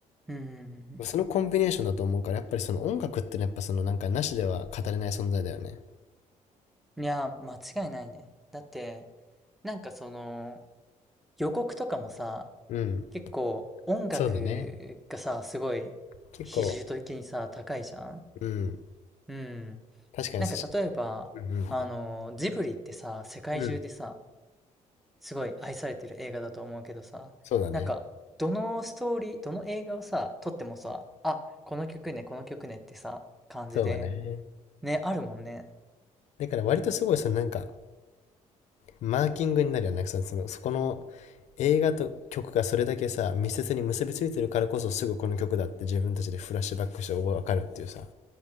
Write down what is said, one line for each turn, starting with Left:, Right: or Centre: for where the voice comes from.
Centre: うんうん
Left: そのコンビネーションだと思うから、やっぱりその音楽ってのはやっぱそのなんかなしでは語れない存在だよね。
Centre: うん。いやー、間違いないね。だって、なんかその、予告とかもさ、
Left: うん。
Centre: 結構音楽がさ、
Left: そうだね。
Centre: すごい比重的にさ、
Left: 結構、
Centre: 高いじゃん
Left: うん。
Centre: うん。
Left: 確かにそし、
Centre: なんか例えば、
Left: うん
Centre: あの、ジブリってさ、世界中でさ、
Left: うん。うん。
Centre: すごい愛されてる映画だと思うけどさ、
Left: そうだね。
Centre: なんか、どのストーリー、どの映画をさ、撮ってもさ、あ、この曲ね、この曲ねってさ、感じで、
Left: そうだね。
Centre: ね、あるもんね。
Left: だから割とすごいそのなんかマーキングになるよね。そのそのそこの映画と曲がそれだけさ密接に結びついてるからこそすぐこの曲だって自分たちでフラッシュバックして分かるっていうさ。